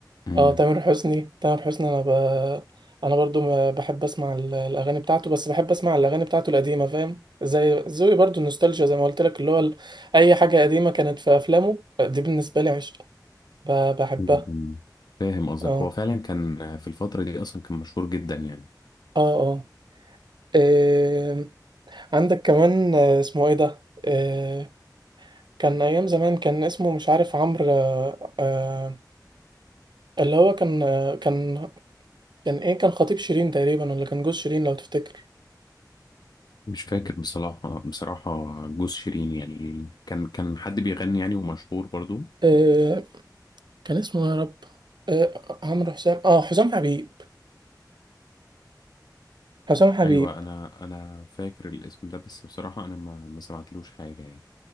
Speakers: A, on the left (about 65°); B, on the right (about 80°).
A: امم
B: اه تامر حسني تامر حسني أنا ب... أنا برضو ما بحب أسمع ال- الأغاني بتاعته بس بحب أسمع الأغاني بتاعته القديمة فاهم؟ زي ذوقي برضو النوستالجيا زي ما قلت لك اللي هو ال- أي حاجة قديمة كانت في أفلامه دي بالنسبة لي عشق ب- بحبها
A: أمم. فاهم قصدك
B: اه
A: هو فعلا كان في الفتره دي اصلا كان مشهور جدا يعني
B: اه اه آم، عندك كمان آه، اسمه ايه ده آه، كان ايام زمان كان اسمه مش عارف عمرو آه، آه، اللي هو كان آه، كان كان ايه كان خطيب شيرين تقريبا ولا كان جوز شيرين لو تفتكر
A: مش فاكر بصراحه بصراحه جوز شيرين يعني كان كان حد بيغني يعني ومشهور برضو
B: آه، كان اسمه إيه يا رب آه، عمرو حسام اه حسام حبيب حسام حبيب
A: ايوه انا انا فاكر الاسم ده بس بصراحه انا ما ما سمعتلوش حاجه يعني